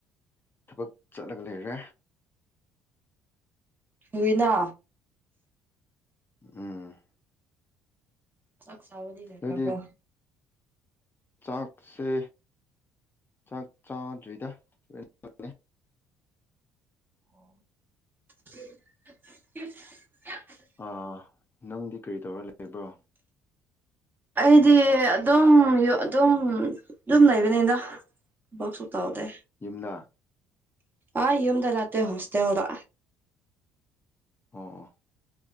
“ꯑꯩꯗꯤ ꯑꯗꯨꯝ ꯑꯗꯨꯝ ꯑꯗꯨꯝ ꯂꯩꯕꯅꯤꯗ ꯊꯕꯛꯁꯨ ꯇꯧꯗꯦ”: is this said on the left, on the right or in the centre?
Right